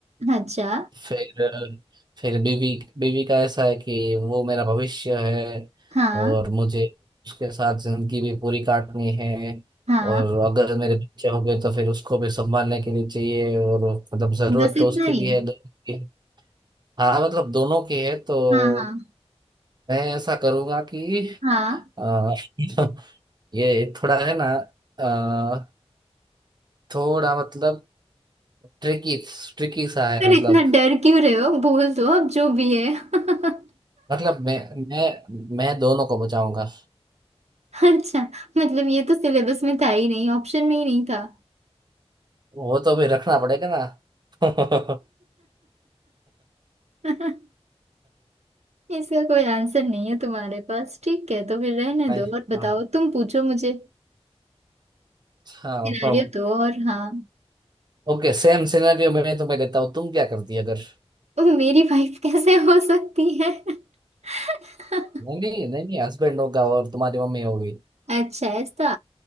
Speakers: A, on the right; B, on the right.
A: अच्छा
B: फिर फिर बीवी बीवी का ऐसा है कि वो मेरा भविष्य है
A: हाँ
B: और मुझे उसके साथ जिंदगी भी पूरी काटनी है
A: हाँ
B: और अगर मेरे बच्चे हो गए तो फिर उसको भी संभालने के लिए चाहिए और मतलब जरूरत
A: बस
B: तो
A: इतना
B: उसकी
A: ही
B: भी है दोनों की हाँ मतलब दोनों की है तो
A: हाँ हाँ
B: मैं ऐसा करूंगा कि
A: हाँ
B: अ, <laughs> ये थोड़ा है ना अ, थोड़ा मतलब ट्रिकी ट्रिकी सा है
A: पर
B: मतलब
A: इतना डर क्यों रहे हो बोल दो अब जो भी है <laughs>
B: मतलब मैं मैं मैं दोनों को बचाऊंगा
A: अच्छा मतलब ये तो सिलेबस में था ही नहीं ऑप्शन में ही नहीं था
B: वो तो भी रखना पड़ेगा ना <laughs>
A: <laughs> इसका कोई आंसर नहीं है तुम्हारे पास ठीक है तो फिर रहने
B: नहीं
A: दो और बताओ
B: हाँ
A: तुम पूछो मुझे
B: हाँ
A: सिनारियो
B: पर
A: दो और हाँ
B: ओके सेम सिनेरियो में तो मैं लेता हूँ तुम क्या करती अगर
A: ओ, मेरी वाइफ कैसे हो सकती है <laughs>
B: नहीं नहीं नहीं नहीं हस्बैंड होगा और तुम्हारी मम्मी होगी
A: अच्छा ऐसा